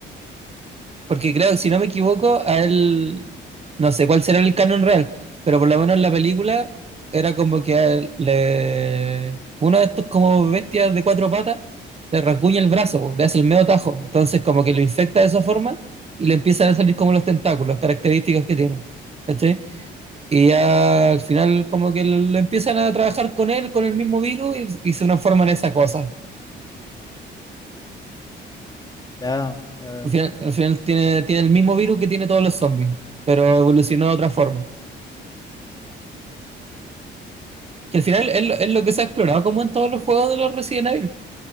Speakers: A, on the right (about 30°); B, on the left (about 20°).
A: porque creo, si no me equivoco, a él no sé cuál será el canon real, pero por lo menos en la película era como que a él le... uno de estos como bestias de cuatro patas le rasguña el brazo, po, le hace el medio tajo, entonces como que lo infecta de esa forma y le empiezan a salir como los tentáculos, características que tiene. ¿cachai? Y ya al final como que le empiezan a trabajar con él, con el mismo virus y, y se transforman en esa cosa.
B: ya, ya veo.
A: Al final, al final tiene, tiene el mismo virus que tiene todos los zombies, pero evolucionó de otra forma. que al final es lo, es lo que se ha explorado como en todos los juegos de los Resident Evil,